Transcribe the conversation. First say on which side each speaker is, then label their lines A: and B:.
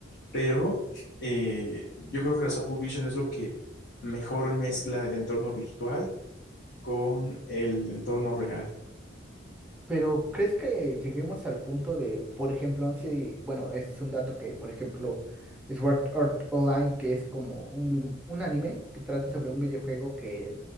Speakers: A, on the left; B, in the centre.
A: pero eh, yo creo que las Apple Vision es lo que mejor mezcla el entorno virtual con el entorno real.
B: Pero ¿crees que lleguemos al punto de, por ejemplo, si, bueno, es un dato que, por ejemplo, Sword Art Online, que es como un, un anime que trata sobre un videojuego que